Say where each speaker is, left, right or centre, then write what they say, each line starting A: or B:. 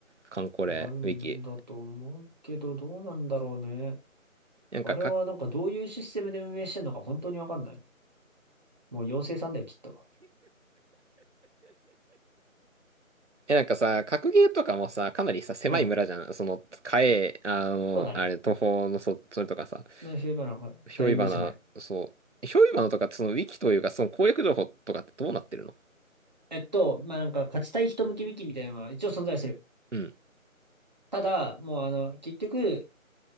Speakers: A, on the right (about 55°); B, on the right (about 30°).
A: カンコレ、
B: あるんだと思うけど、
A: ウィキ。
B: どうなんだろうね。
A: なんか、
B: あれはなんかどういうシステムで運営してんのか本当にわかんない。
A: か、
B: もう妖精さんだよ、きっと。
A: え、なんかさ、格ゲーとかもさ、かなりさ、狭い村じゃん。
B: うん。
A: その、カエ、あの、
B: そうだね。
A: あれ、東方の、そ、それとかさ、
B: のフィなんかだいぶ狭い。
A: ひょいばな、そう、ひょいばなとか、その、ウィキというか、その攻略情報とかってどうなってるの
B: えっと、まあ、なんか勝ちたい人向き引きみたいなのは一応存在する。
A: うん、
B: ただ、もうあの、結局、